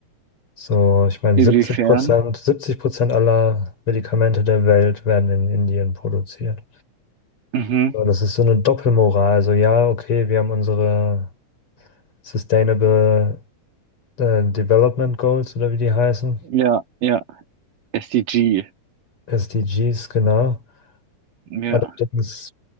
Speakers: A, on the left; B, on the right.
A: So, ich meine, 70
B: Inwiefern?
A: Prozent, 70 Prozent aller Medikamente der Welt werden in Indien produziert.
B: Mhm.
A: So, das ist so eine Doppelmoral. So, ja, okay, wir haben unsere Sustainable äh, Development Goals oder wie die heißen,
B: Ja, ja. SDG.
A: SDGs, genau.
B: Ja,
A: Allerdings